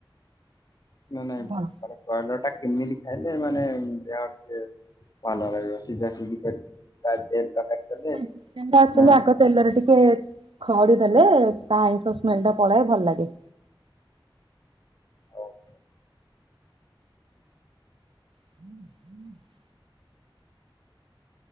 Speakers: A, on the left; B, on the right.
A: ନାଇଁ ନାଇଁ
B: କଣ
A: ମାନେ ବ୍ରଏଲର୍ ଟା କେମିତି ଖାଇଲେ ମାନେ ଦେହ ଟିକେ ଭଲ ରହିବ। ସିଝା ସିଜି କରି <unintelligible> କଲେ
B: ହେ ଚିକେନ୍ ଟା ଆକ୍ଚୁଲି
A: ନା ଆଉ
B: ଆଗ ତେଲରେ ଟିକେ ଖଡି ଦେଲେ ତା ଆଇଁଷ ସ୍ମେଲ୍ ଟା ପଳାଏ ଭଲ ଲାଗେ।
A: ଆଛ
B: ହୁଁ ହୁଁ